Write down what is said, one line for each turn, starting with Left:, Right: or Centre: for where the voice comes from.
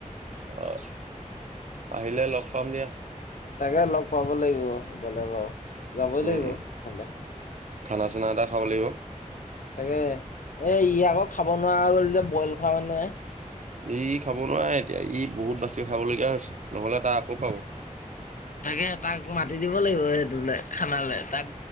Right: অহ। আহিলে লগ পাম দিয়া।
Left: তাকেহ লগ পাব লাগিব। গ'লে বাৰু। যাবই
Right: উম
Left: লাগিব।
Right: উম
Left: ইফালে
Right: খানা- চানা এটা খাব লাগিব।
Left: তাকেহ। এ ই আকৌ খাব নোৱাৰা হৈ গ'ল যে, বইল খোৱা মানুহহে।
Right: এই ই খাব নোৱাৰে, এতিয়া। ই বহুত বাছি খাবলগীয়া হৈছে। নহলে তাৰ আকৌ পাব।
Left: তাকেহ। তাক মাতি দিব লাগিব। সেইটোলে খানালে। তাক